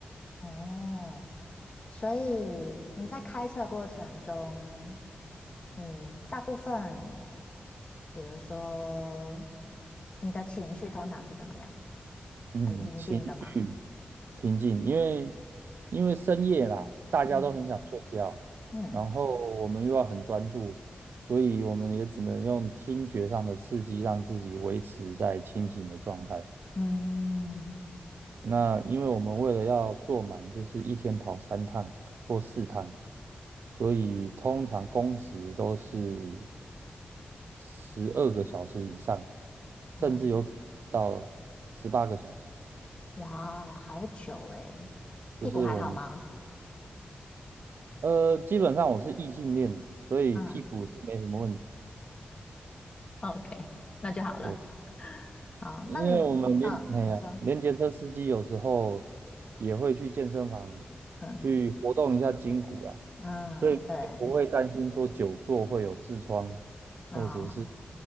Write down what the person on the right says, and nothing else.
嗯，
情绪平静，因为因为深夜啦，大家都很想睡觉，
然后我们又要很专注，所以我们也只能用听觉上的刺激让自己维持在清醒的状态。
那因为我们为了要做满，就是一天跑三趟或四趟，所以通常工时都是十二个小时以上，
甚至有可能到十八个小时，
就是我们呃，基本上我是异性恋，所以屁股是没什么问题。
对，
因为我们连哎呀，
连接车司机有时候也会去健身房
去活动一下筋骨啦，
所以不会担心说久坐会有痔疮或者是